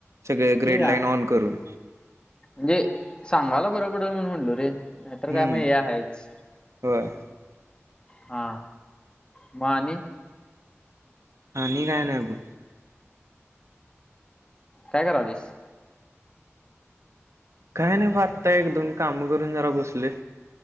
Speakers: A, on the right (about 80°); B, on the left (about 20°).
A: सगळे ग्रेड
B: ठीक
A: लाइन
B: आहे
A: ऑन करून
B: म्हणजे सांगायला बरं पडेल म्हणून म्हटलो रे, नाही तर
A: हम्म
B: काय मी हे आहेच.
A: होय
B: हा म आणि
A: आणि काय नाही ब. ग
B: काय करालायीस
A: काय नाही ब आता एक दोन काम करून जरा बसलोय.